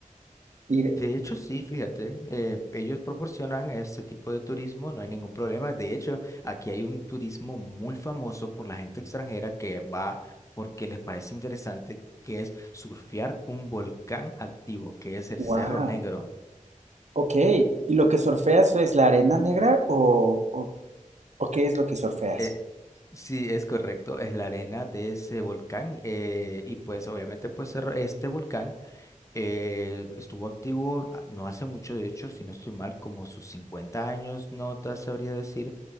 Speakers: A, on the right; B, on the left.
A: Ir...
B: De hecho, sí, fíjate, eh, ellos proporcionan este tipo de turismo, no hay ningún problema. De hecho, aquí hay un turismo muy famoso por la gente extranjera que va porque les parece interesante, que es surfear un volcán activo, que es el
A: Wow.
B: Cerro Negro.
A: Ok. ¿Y lo que surfeas es la arena negra o, o, o qué es lo que surfeas?
B: Eh, sí, es correcto, es la arena de ese volcán eh, y pues obviamente pues cerro- este volcán eh, estuvo activo ah, no hace mucho, de hecho, si no estoy mal, como sus 50 años, no te sabría decir